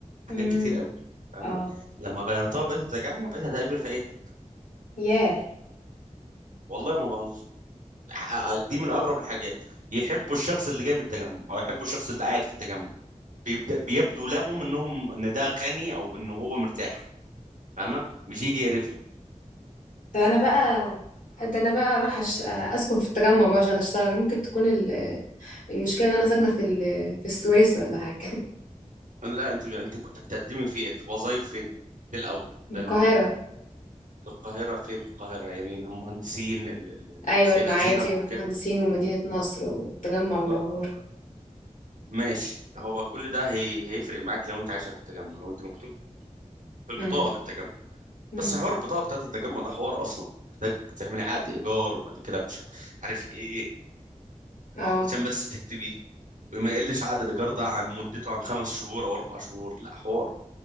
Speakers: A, on the right; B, on the left.
A: حاجات
B: إمم.
A: كتير قوي فاهمة
B: آه،
A: لما غيرتها وبقيت التجمع بقيت هتقبل في اي حته
B: ياه!
A: والله ما بهزر ح- دي من اغرب الحاجات يحبوا الشخص اللي جاي من التجمع او يحبوا الشخص اللي قاعد في التجمع بيبدأ بيبدو لهم انهم ان ده غني او ان هو مرتاح فاهمة مش يجي يقرفني
B: ده أنا بقى ده أنا بقى أروح أش أسكن في التجمع بقى عشان أشتغل، ممكن تكون ال المشكلة إن أنا ساكنة في ال في السويس والّا حاجة، <laughs>
A: لا انت انت كنت بتقدمي في ايه في وظايف فين في الاول
B: من
A: ده
B: القاهرة.
A: المهم في القاهرة فين في القاهرة يعني المهندسين ال- ال-
B: أيوه،
A: السيدة
B: المعادي
A: زينب وكده
B: والمهندسين ومدينة نصر والتجمع والعبور.
A: اه آه. ماشي هو كل ده هي... هيفرق معاك لو انت عايشه في التجمع لو انت مكتوب في البطاقه
B: إمم،
A: في التجمع
B: إمم،
A: بس حوار البطاقه بتاعت التجمع ده حوار اصلا محتاج تعملي عقد ايجار وبعد كده مش عارف ايه
B: آه،
A: عشان بس تكتبيه وما يقلش عقد الايجار ده عن مدته عن خمس شهور او اربع شهور لا حوار